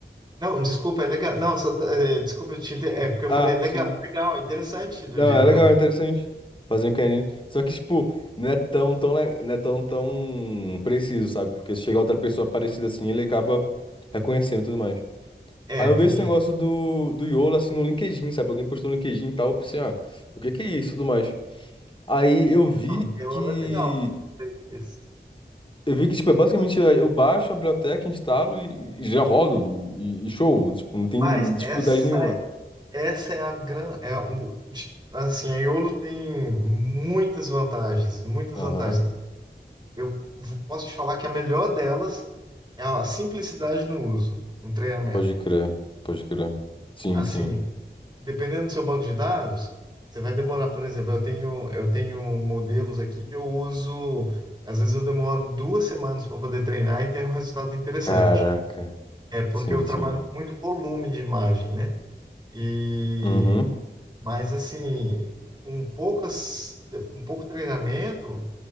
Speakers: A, on the right; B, on the left.
A: Não, desculpa, é legal. Não, só, tá- é, desculpa, eu te, inter- é porque eu
B: Ah,
A: falei, é legal,
B: sim.
A: é legal, é interessante do
B: Não,
A: jeito
B: é legal,
A: também.
B: é interessante. Fazer um canine. Só que, tipo, não é tão, tão, le- não é tão, tão preciso, sabe? Porque se chegar outra pessoa parecida assim, ele acaba reconhecendo e tudo mais.
A: É,
B: Aí eu
A: tem.
B: vi esse negócio do, do YOLO, assim, no LinkedIn, sabe? Alguém postou no LinkedIn e tal. Eu pensei, ah, o que que é isso e tudo mais. Aí eu vi
A: Não, eu,
B: que.
A: é legal. É isso.
B: Eu vi que, tipo, é basicamente eu eu baixo a biblioteca, instalo e, e já rodo. E, e show. Tipo, não tem
A: Mas
B: dificuldade
A: essa,
B: nenhuma.
A: essa é a grande. É, o- de- assim, a Iolo tem muitas vantagens, muitas
B: Aham.
A: vantagens. Eu v- posso te falar que a melhor delas é a simplicidade no uso, no treinamento.
B: Pode crer, pode crer. Sim,
A: Assim,
B: sim.
A: dependendo do seu banco de dados, você vai demorar, por exemplo, eu tenho, eu tenho modelos aqui que eu uso, às vezes eu demoro duas semanas para poder treinar e ter um resultado interessante.
B: Caraca.
A: É porque
B: Sim,
A: eu trabalho
B: sim.
A: com muito volume de imagem, né? E
B: Uhum.
A: mas assim, com poucas, com pouco treinamento